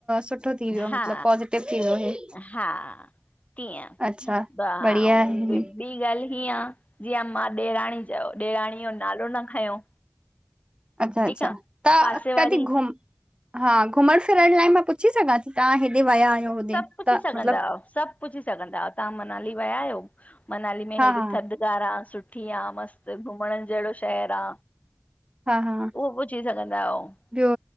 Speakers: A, on the right (about 20°); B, on the left (about 30°).
A: सुठो
B: आहे
A: थी वियो
B: हा
A: मतिलबु पॉज़िटिव थी वियो हे।
B: हा तीअं,
A: अच्छा
B: ॿ अंउं
A: बढ़िया आहे
B: ॿी ॿीं ॻाल्हि हीअं आ, जीअं मां ॾेराणी जो ॾेराणीअ जो नालो न खयों
A: अच्छा
B: ठीकु
A: -अच्छा,
B: आ
A: त
B: पासे
A: कॾी
B: वारी
A: घुम हा घुमंण फिरण लाए मां पुछी सघां थी तहां हेॾे वया आहियो? होॾे
B: सभु पुछी
A: त
B: सघंदा
A: मतिलबु
B: आहियो, सभु पुछी सघंदा आहियो, तहां मनाली वया आहियो मनाली में हेड़ी
A: हा हा
B: थध बज़ार आ सुठी आ मस्तु घुमंण जहिड़ो शहर आ।
A: हा हा
B: उहो पुछी सघंदा आहियो,
A: ॿियो